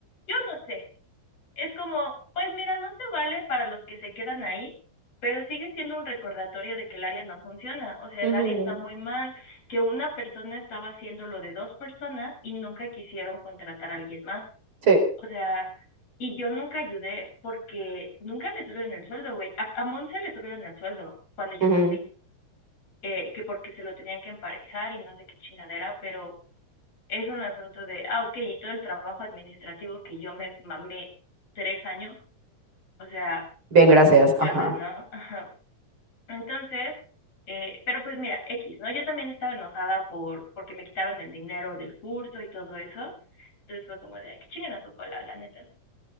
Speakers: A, on the left; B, on the right.
A: yo no sé, es como, pues mira, no se vale para los que se quedan ahí, pero sigue siendo un recordatorio de que el área no funciona. O sea,
B: Ujú,
A: el área está muy mal, que una persona estaba haciendo lo de dos personas y nunca quisieron contratar a alguien más.
B: Sí.
A: O sea, y yo nunca ayudé porque nunca le subieron el sueldo, güey. A, a Monse le subieron el sueldo cuando yo
B: Ujú.
A: me fui eh, que porque se lo tenían que emparejar y no sé qué chingadera, pero es un asunto de, ah, ok, y todo el trabajo administrativo que yo me mamé tres años, o sea,
B: Bien, gracias.
A: yo
B: Ajá.
A: anda, ¿no? <laughs> Ajá. Entonces, eh, pero pues mira, X, ¿no? Yo también estaba enojada por, porque me quitaron el dinero del curso y todo eso. Entonces fue como de, "Ay, que chinguen a su cola, la neta.